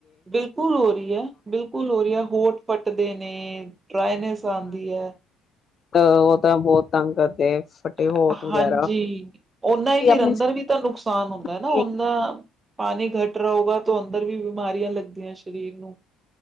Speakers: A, on the right; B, on the left.
A: ਬਿਲਕੁਲ ਹੋ ਰਹੀ ਐ, ਬਿਲਕੁਲ ਹੋ ਰਹੀ ਐ ਹੋਂਠ ਫੱਟਦੇ ਨੇ ਨੇ ਡਰਾਈਨੈਸ ਆਂਦੀ ਐ।
B: ਅ ਉਹ ਤਾਂ ਬਹੁਤ ਤੰਗ ਕਰਦੇ। ਫਟੇ
A: ਅ
B: ਹੋਟ
A: ਹਾਂਜੀ,
B: ਵਗੈਰਾ।
A: ਓਨਾਂ ਈ ਫਿਰ
B: ਆਪਣੀ
A: ਅੰਦਰ ਵੀ ਤਾਂ ਨੁਕਸਾਨ ਹੁੰਦਾ ਐ ਨਾ।
B: ਸਕਿਨ
A: ਓਨਾਂ ਪਾਣੀ ਘੱਟ ਰਿਹਾ ਹੋਗਾ ਤੋ ਅੰਦ ਦਰ ਵੀ ਬਿਮਾਰੀਆਂ ਲੱਗਦੀਆਂ ਸ਼ਰੀਰ ਨੂੰ।